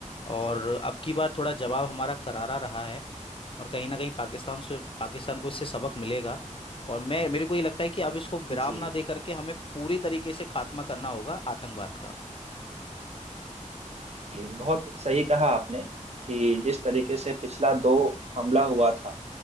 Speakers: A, on the left; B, on the right.
A: और अब की बार थोड़ा जवाब हमारा करारा रहा है और कहीं ना कहीं पाकिस्तान से पाकिस्तान को इससे सबक मिलेगा और मैं मेरे को ये लगता है कि अब इसको विराम
B: जी
A: ना दे करके हमें पूरी तरीके से खात्मा करना होगा आतंकवाद का
B: जी, बहुत सही कहा आपने कि जिस तरीके से पिछला दो हमला हुआ था